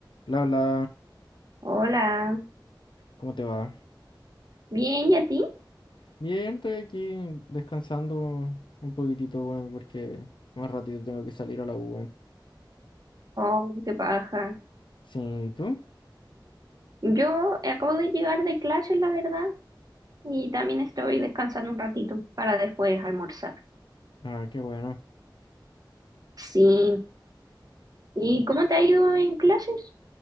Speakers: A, on the left (about 80°); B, on the right (about 50°).
A: La, la,
B: Hola,
A: ¿cómo te va?
B: bien, ¿y a ti?
A: Bien, estoy aquí descansando un poquitito, bueno, porque más ratito tengo que salir a la U, weón.
B: Oh, qué paja.
A: Sí, ¿y tú?
B: Yo acabo de llegar de clases, la verdad, y también estoy descansando un ratito para después almorzar.
A: Ah, qué bueno.
B: Sí. ¿Y cómo te ha ido en clases?